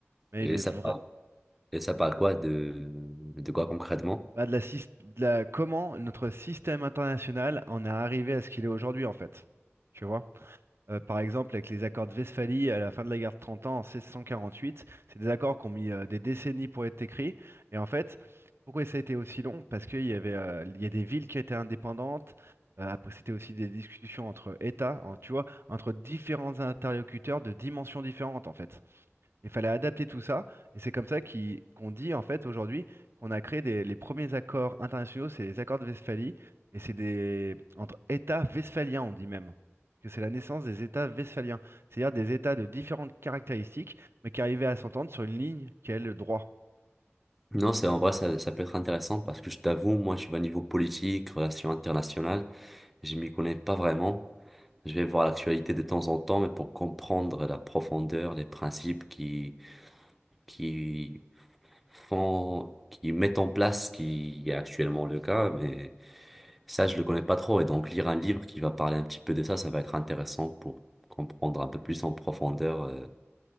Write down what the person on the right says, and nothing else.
mais
il est
vrai.
Bah, de la, sys- de la- comment notre système international en est arrivé à ce qu'il est aujourd'hui, en fait. Tu vois? Euh, par exemple, avec les accords de Westphalie à la fin de la guerre de Trente ans en 1648, c'est des accords qui ont mis euh, des décennies pour être écrits. Et en fait, pourquoi ça a été aussi long? Parce qu'il y avait, euh, il y a des villes qui étaient indépendantes. Euh, après, c'était aussi des discussions entre États, hein, tu vois, entre différents interlocuteurs de dimensions différentes, en fait. Il fallait adapter tout ça, et c'est comme ça qu'il- qu'on dit en fait aujourd'hui qu'on a créé des- les premiers accords internationaux, c'est les accords de Westphalie, et c'est des entre États westphaliens, on dit même que c'est la naissance des États westphaliens, c'est-à-dire des États de différentes caractéristiques, mais qui arrivaient à s'entendre sur une ligne qui est le droit.